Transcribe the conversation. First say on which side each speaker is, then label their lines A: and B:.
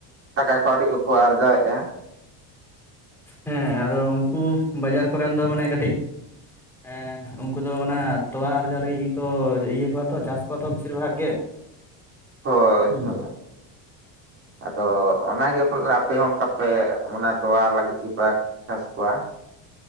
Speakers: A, on the right; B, in the centre.
A: ᱴᱟᱠᱟ ᱠᱟᱹᱣᱰᱤ ᱠᱚᱠᱚ ᱟᱨᱡᱟᱣᱮᱜᱼᱟ ᱾
B: ᱦᱮᱸ ᱟᱫᱚ ᱩᱱᱠᱩ ᱵᱟᱡᱟᱨ ᱠᱚᱨᱮᱱ ᱫᱚ ᱢᱟᱱᱮ ᱠᱟᱹᱴᱤᱡ ᱾ ᱦᱮᱸ ᱩᱱᱠᱩ ᱫᱚ ᱚᱱᱟ ᱛᱚᱣᱟ ᱟᱨᱡᱟᱣ ᱞᱟᱹᱜᱤᱫ ᱜᱮᱠᱚ ᱤᱭᱟᱹ ᱠᱚᱣᱟ ᱛᱚ ᱪᱟᱥ ᱠᱚᱣᱟ ᱛᱚ ᱵᱮᱥᱤᱨ ᱵᱷᱟᱜᱽ ᱜᱮ ᱾
A: <inaudible>
B: ᱦᱩᱸ
A: ᱦᱳᱭ
B: ᱾
A: ᱟᱫᱚ ᱚᱱᱟᱜᱮ ᱯᱟᱞᱮ ᱟᱯᱮ ᱦᱚᱸ ᱚᱱᱠᱟ ᱯᱮ ᱢᱟᱱᱮ ᱛᱚᱣᱟ ᱞᱟᱹᱜᱤᱫ ᱜᱮᱯᱮ ᱪᱟᱥ ᱠᱚᱣᱟ ᱾